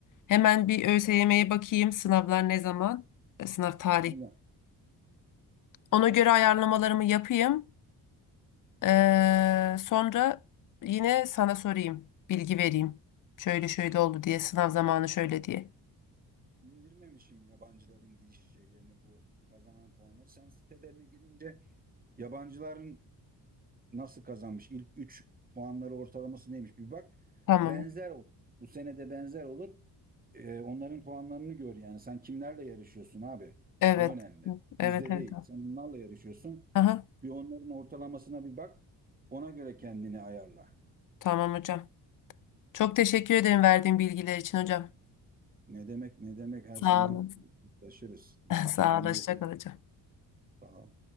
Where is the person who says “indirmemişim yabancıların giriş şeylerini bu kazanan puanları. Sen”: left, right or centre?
Right